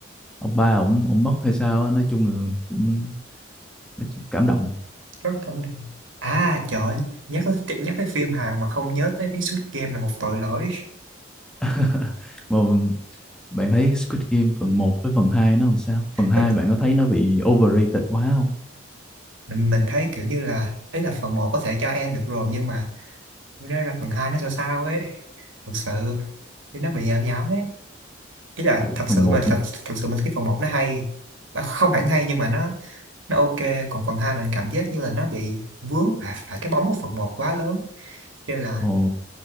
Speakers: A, in the centre; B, on the right.
A: ông ba ổng ổng mất hay sao á, nói chung là cũng Mấy chuyện cảm động
B: rất cảm động à trời ơi, nhắc tới- nhắc tới phim Hàn mà không nhớ tới cái Squid Game là một tội lỗi
A: <laughs> mà bạn thấy Squid Game phần một với phần 2 nó làm sao phần 2
B: mình
A: bạn có thấy nó bị overrated quá không
B: mình mình thấy kiểu như là ấy là phần một có thể cho em được rồi nhưng mà Nó ra là phần hai nó sao sao ấy thực sự thì nó bị nhảm nhảm ấy ý là
A: kiểu
B: thật
A: phần
B: sự
A: một,
B: mà thật, thật sự mình cái phần một nó hay à, không hẳn hay nhưng mà nó nó ok còn phần hai mình cảm giác như là nó bị vướng phải, phải cái bóng của phần một quá lớn cho nên là
A: ồ